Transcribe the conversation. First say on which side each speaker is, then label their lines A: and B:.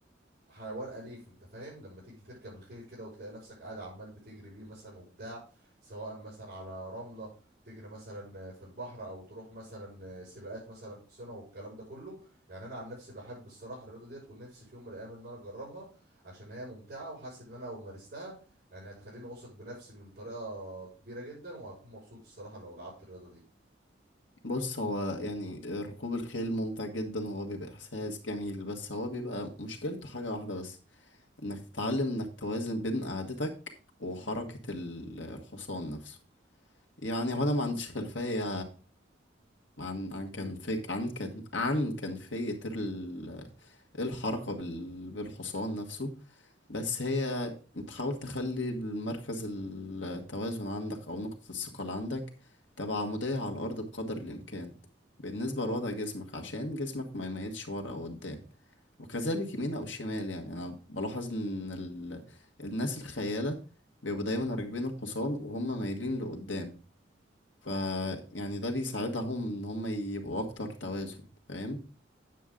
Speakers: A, on the right; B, on the left.
A: حيوان أليف أنت فاهم لما تيجي تركب الخيل كده وتلاقي نفسك قاعد عمال بتجري بيه مثلا وبتاع سواء مثلا على رملة تجري مثلا في البحر أو تروح مثلا سباقات مثلا حصينة والكلام ده كله يعني أنا عن نفسي بحب الصراحة الرياضة ديت ونفسي في يوم من الأيام إن أنا أجربها عشان هي ممتعة وحاسس إن أنا لو مارستها يعني هتخليني واثق بنفسي من طريقة كبيرة جدا وهكون مبسوط الصراحة لو لعبت الرياضة دي
B: بص هو يعني ركوب الخيل ممتع جدا وهو بيبقى إحساس جميل بس هو بيبقى مشكلته حاجة واحدة بس إنك تتعلم إنك توازن بين قعدتك وحركة ال- الحصان نفسه يعني هو انا ما عنديش خلفية عن عن كان في عن كان عن كيفية ال- إيه الحركة بال- بالحصان نفسه بس هي بتحاول تخلي مركز التوازن عندك أو نقطة الثقة اللي عندك تبقى عمودية على الأرض بقدر الإمكان بالنسبة لوضع جسمك عشان جسمك ما يميلش ورا أو قدام وكذلك يمين أو شمال يعني أنا بلاحظ إن ال... الناس الخيالة بيبقوا دايما راكبين الحصان وهم مايلين لقدام ف يعني ده بيساعدهم ان هم يبقوا اكتر توازن فاهم